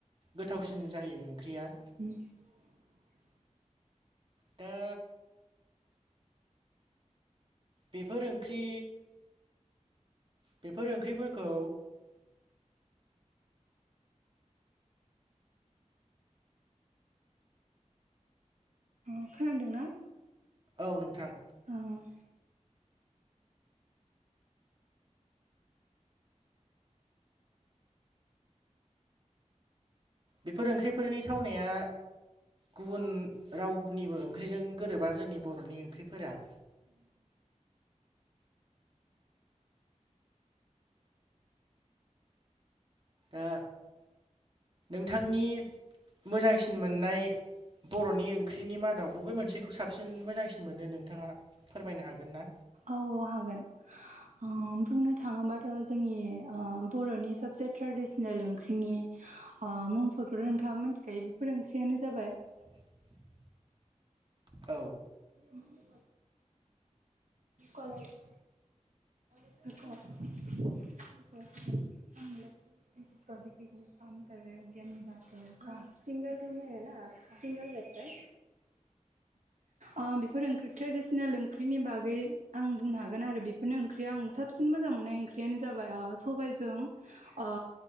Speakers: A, on the right; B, on the right.
A: गोथावसिन जायो ओंख्रिया।
B: <inaudible>
A: दा बेफोर ओंख्रि बेफोर ओंख्रिफोरखौ
B: खोनादों ना?
A: औ नोंथां।
B: आं
A: बेफोर ओंख्रिफोरनि थावनाया गुबुन रावफोरनिबो ओंख्रिजों गोरोबा जोंनि बर'नि ओंख्रिफोरा। ओ नोंथांनि मोजांसिन मोननाय बर'नि ओंख्रिनि मादाव बबे मोनसेखौ साबसिन मोजांसिन मोनो नोंथाङा? फोरमायनो हागोन ना?
B: औ औ हागोन। अ बुंनो थाङोबाथ' जोंनि ओ बर'नि सबसे ट्रेडिसनेल ओंख्रिनि ओ मुंफोरखौथ' नोंथाङा मोनथिखायो बेफोर ओंख्रियानो जाबाय
A: जाबाय औ
B: बि <inaudible> कलेज <unintelligible> <inaudible> <inaudible> प्रजेक्ट के लिए काम कर राए मिदियाम बात कर हा सिंगल रुम हेना सिंगल रेहता ओ बेफोर ओंख्रि ट्रेडिसनेल ओंख्रिनि बागै आं बुंनो हागोन आरो बे फोरनो ओंख्रिया आं साबसिन मोजां मोननाय ओंख्रियानो जाबाय ओ सबायजों ओ